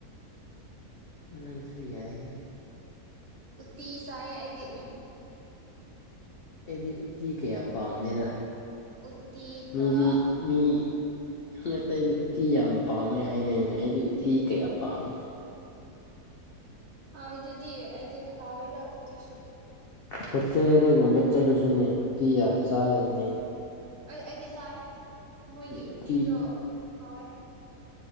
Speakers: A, on the left (about 70°); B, on the right (about 50°).
A: ꯅꯪ ꯁꯨ ꯌꯥꯏꯍꯦ
B: ꯎꯠꯇꯤ ꯆꯥꯏ ꯑꯩꯗꯤ
A: ꯑꯩꯗꯤ ꯎꯠꯇꯤ ꯀꯌꯥ ꯄꯥꯝꯗꯗꯥ
B: ꯎꯇꯤꯒ
A: ꯃꯤꯗꯤ ꯃꯤ ꯃꯤ ꯑꯇꯩꯗꯤ ꯎꯇꯤ ꯌꯥꯝ ꯄꯥꯝꯃꯦ ꯍꯥꯏꯅꯅ ꯑꯩꯗꯤ ꯎꯇꯤ ꯀꯌꯥ ꯄꯥꯝꯃꯦ
B: ꯍꯥꯎꯏꯗꯨꯗꯤ ꯑꯩꯗꯤ ꯍꯥꯎꯋꯦꯗ ꯎꯇꯤꯁꯨ
A: ꯍꯣꯇꯦꯜ ꯑꯗꯨꯒꯨꯝꯕ ꯆꯠꯂꯁꯨꯅꯦ ꯎꯇꯤ ꯌꯥꯝ ꯆꯥꯗꯕꯅꯤ
B: ꯑꯩ ꯑꯩꯗꯤ ꯆꯥꯏ ꯃꯣꯏꯒꯤ
A: ꯎꯇꯤ
B: ꯎꯇꯤꯗꯣ ꯍꯥꯎꯋꯦ